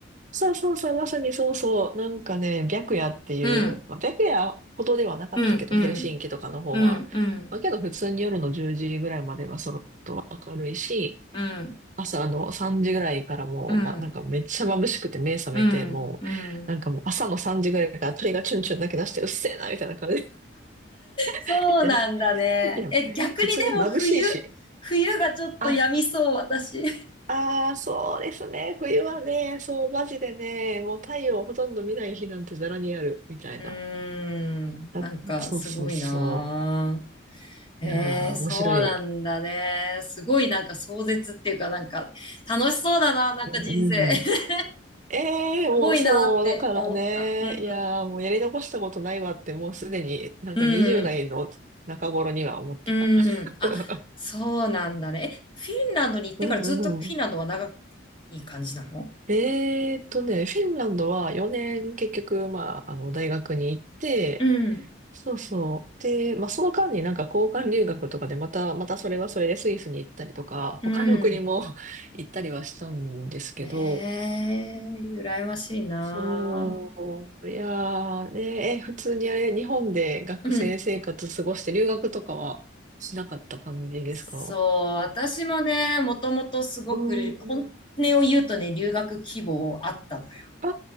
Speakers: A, on the right (about 40°); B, on the left (about 25°).
A: そうそうそう、まさにそうそう。なんかね、白夜っていう、
B: うん、
A: まあ、白夜ほどではなかったけど、
B: うん、うん、
A: ヘルシンキとかの方は。
B: うん、うん、
A: まあ、けど普通に夜の10時ぐらいまではそろっと明るいし、
B: うん、
A: 朝の3時ぐらいからもう、
B: うん、
A: ま、なんかめっちゃ眩しくて目覚めて、
B: うん、
A: もう、
B: うん。
A: なんかもう朝の3時ぐらいから鳥がチュンチュン鳴き出して、うっせえな、みたいな感じで。
B: そうなんだね。
A: <laughs> いや、いや、
B: え、逆にでも冬、
A: 普通に眩しいし。
B: 冬がちょっと病みそう、
A: あ
B: 私。
A: ああ、そうですね。冬はね、そう、マジでね、もう太陽をほとんど見ない日なんてざらにある、みたいな。
B: うーん、
A: だそうそうそ
B: なんかすごいなぁ。ええ、
A: う。いやー、
B: そうなんだね。
A: 面白い。
B: すごいなんか壮絶っていうかなんか楽しそうだな、なんか人生。
A: うんうんうん
B: <laughs>
A: ええーもうそう、
B: すごいなって思った。
A: だからね、
B: うん、
A: いやー、もうやり残したことないわって、もうすでになんか20代の中頃には思ってた。
B: うん、うん。あ、
A: <laughs>
B: そうなんだね。え、フィンランドに行ってからずっとフィンランドは長
A: うんうんうん。
B: い感じなの
A: えーっとね、フィンランドは4年結局、まあ、あの、大学に行って、
B: うん、
A: そうそう。で、まあ、その間になんか交換留学とかでまた、またそれはそれでスイスに行ったりとか、
B: うん。
A: 他の国も <laughs> 行ったりはしたんですけど、
B: ええ、羨ましいなぁ。
A: そう、いやーね、え、普通にあれ、日本で学生生活過ごして留学とかはしなかった感じですか
B: うん。そう、私もね、もともとすごく、
A: うん。
B: 本音を言うとね、留学希望あったのよ。
A: あ